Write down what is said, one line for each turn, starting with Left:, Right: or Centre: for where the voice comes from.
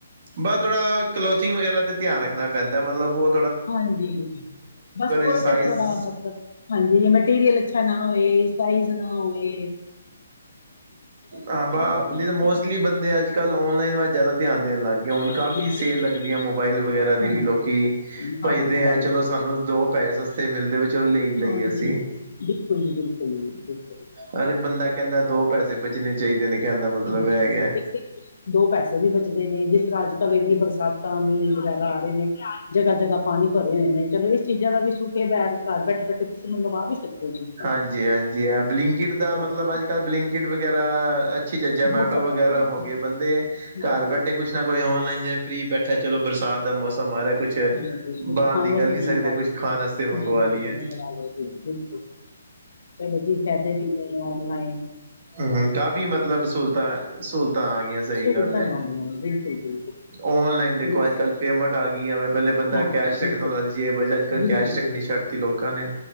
Right: ਬਾ ਥੋੜਾ ਕਲੋਥਿੰਗ ਵਗੈਰਾ ਤੇ ਧਿਆਨ ਰੱਖਣਾ ਪੈਂਦਾ ਮਤਲਬ ਓ
Left: ਹਾਂਜੀ, ਬਸ ਓਦੇ
Right: ਚ ਸਾਈਜ਼
Left: ਤੇ ਥੋੜਾ ਮਤਲਬ ਹਾਂਜੀ ਮਟੀਰੀਅਲ ਚ ਅੱਛਾ ਨਾ ਹੋਏ, ਸਾਈਜ਼ ਨਾ ਹੋਵੇ
Right: ਆ ਬਾ
Left: ਹੈ ਬਿਲਕੁਲ
Right: ਨਈ ਤਾਂ ਮੋਸਟਲੀ ਬੰਦੇ ਅੱਜ-ਕੱਲ੍ਹ ਔਨਲਾਈਨ ਵੱਲ ਜਾਦਾ ਧਿਆਨ ਦੇਣ ਲਾ ਗੇ ਹੁਣ
Left: ਬਿਲਕੁਲ
Right: ਕਾਫ਼ੀ ਸੇਲ ਲੱਗਦੀ ਐ ਮੋਬਾਇਲ ਵਗੈਰਾ ਦੀ
Left: ਹਾਂਜੀ
Right: ਵੀ ਲੋਕੀ ਭੱਜਦੇ
Left: ਹਾਂ ਮੋਬਾਈਲ
Right: ਐ ਚਲੋ
Left: ਨਾਲ
Right: ਸਾਨੂੰ ਦੋ ਪੈਸੇ ਸਸਤੇ ਮਿਲਦੇ ਵਾ ਚਲੋ ਲੇ ਈ ਲਈਏ
Left: ਹਾਂਜੀ
Right: ਅਸੀਂ।
Left: ਬਿਲਕੁਲ ਜੀ ਬਿਲਕੁਲ-ਬਿਲਕੁਲ।
Right: ਹਰ ਇੱਕ ਬੰਦਾ ਕੇਂਦਾ ਦੋ ਪੈਸੇ ਬਚਣੇ ਚਾਈਦੇ ਨੇ ਕੈਣ ਦਾ ਮਤਲਬ
Left: ਹਾਂਜੀ
Right: ਐ ਹੈਗੈ।
Left: ਇੱਕ ਤੇ ਦੋ ਪੈਸੇ ਵੀ ਬਚਦੇ ਨੇ ਜਿਸ ਤਰ੍ਹਾਂ ਅੱਜ-ਕੱਲ ਇੰਨੀ ਬਰਸਾਤਾਂ ਮੀਂਹ ਵਗੈਰਾ ਆ ਰੇ ਨੇ ਜਗ੍ਹਾ-ਜਗ੍ਹਾ ਪਾਣੀ ਭਰੇ ਹੋਏ ਨੇ ਚਲੋ ਇਸ ਚੀਜ਼ਾਂ ਦਾ ਵੀ ਸੁੱਖ ਏ ਬੈਠਦਾ ਬੈਠੇ-ਬੈਠੇ ਤੁਸੀਂ ਮੰਗਵਾਂ ਵੀ ਸਕਦੇ ਓ ਜੀ।
Right: ਹਾਂਜੀ-ਹਾਂਜੀ ਆ ਬਲਿੰਕਿਟ ਦਾ ਮਤਲਬ
Left: ਕੀ,
Right: ਅੱਜ-ਕੱਲ੍ਹ ਬਲਿੰਕਿਟ ਵਗੈਰਾ ਅੱਛੀ ਚੱਜ਼ਾਂ
Left: ਬਹੁਤ
Right: ਮੈ <unintelligible>
Left: ਚੱਲਦਾ
Right: ਵਗੈਰਾ
Left: ਪਿਆ
Right: ਹੋ ਗਏ ਬੰਦੇ
Left: ਹਾਂ
Right: ਘਰ ਬੈਠੇ ਕੁਛ ਨਾ ਕੋਈ ਔਨਲਾਈਨ ਜ ਫਰੀ ਬੈਠਾ ਚਲੋ ਬਰਸਾ ਦਾ ਮੌਸਮ ਆ ਰਿਆ ਕੁਛ
Left: ਸਮਝ, ਕੁਛ
Right: ਬਾਰ
Left: ਖਾਣ
Right: ਨਿਕਲ
Left: ਵਾਸਤੇ
Right: ਨੀ
Left: ਮੰਗਵਾ
Right: ਸਕਦੇ ਕੁਛ
Left: ਲਓ
Right: ਖਾਣ ਵਸਤੇ ਮੰਗਵਾ
Left: ਬਿਲਕੁਲ
Right: ਲੀਏ
Left: ਮੰਗਵਾ ਲਓ ਬਿਲਕੁਲ <unintelligible> ਚਲੋ ਜੀ ਫੈਦੇ ਵੀ ਨੇ ਓਨਲਾਈਨ
Right: ਹੂੰ-ਹੂੰ ਕਾਫ਼ੀ ਮਤਲਬ ਸਹੂਲਤਾਂ-ਸਹੂਲਤਾਂ ਆ ਗੀਆਂ ਸਈ
Left: ਸਹੂਲਤਾਂ
Right: ਗੱਲ ਐ।
Left: ਆ ਗਈਆਂ ਨੇ ਬਿਲਕੁਲ ਜੀ
Right: ਔਨਲਾਈਨ ਦੇਖੋ
Left: ਬਸ
Right: ਅੱਜ-ਕੱਲ੍ਹ ਪੇਮੈਂਟ ਆ ਗੀਆ <unintelligible> ਪੈਲੇ ਬੰਦਾ
Left: ਹਾਂ
Right: ਕੈਸ਼
Left: ਬਿਲਕੁਲ
Right: ਰੱਖਦਾ ਹੁੰਦਾ
Left: ਜੀ।
Right: ਸੀ ਜੇਬ <unintelligible> ਅੱਜ-ਕੱਲ
Left: ਬਿਲਕੁਲ
Right: ਕੈਸ਼ ਰੱਖਣੀ
Left: ਜੀ
Right: ਛੱਡਤੀ ਲੋਕਾਂ ਨੇ।